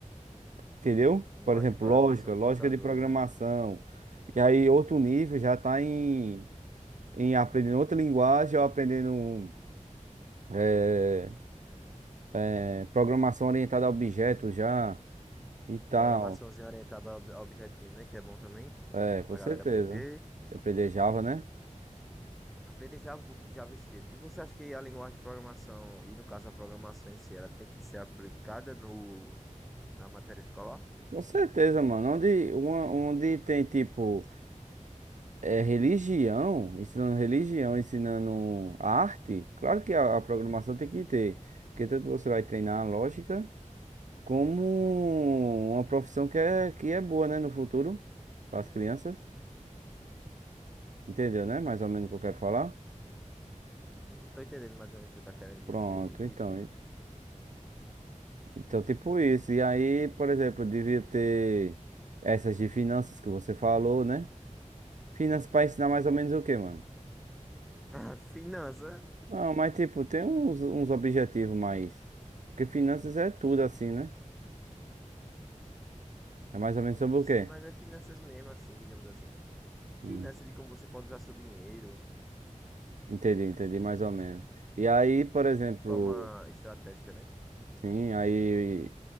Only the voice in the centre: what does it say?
Linguagem
de programação
do
computador,
né?
Programaçãozinha orientada ao ao objetinho, né? Que é bom também
pra
galera aprender.
Aprender Java, um pouco de JavaScript. E você acha que a linguagem de programação, e no caso a programação em si, ela tem que ser aplicada no, na matéria escolar?
Não Tô entendendo mais ou menos o que você tá querendo dizer.
Tipo,
<laughs> Finança?
Sim,
mas é finanças mesmo, assim, digamos assim. Finanças
de como você pode usar seu dinheiro
de forma estratégica, né?